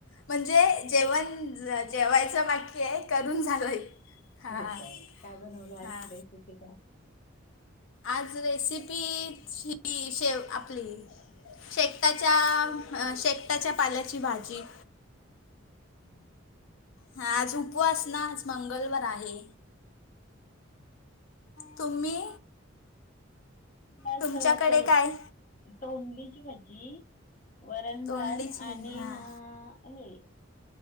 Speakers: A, on the left (about 75°); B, on the left (about 40°).
A: म्हणजे जेवण जेवायचं बाकी आहे करून झालंय हां
B: हो काय काय बनवलं आजची
A: हां
B: रेसिपी ला
A: आज रेसिपी ही शेव आपली शेकताच्या शेकताच्या पाल्याची भाजी
B: हम् <unintelligible>
A: हा आज उपवास ना आज मंगलवार आहे
B: ब <unintelligible>
A: तुम्ही
B: आज
A: तुमच्याकडे
B: तो
A: काय
B: तोंडलीची भाजी वरणभात
A: तोंडलीच हां
B: आणि हा हे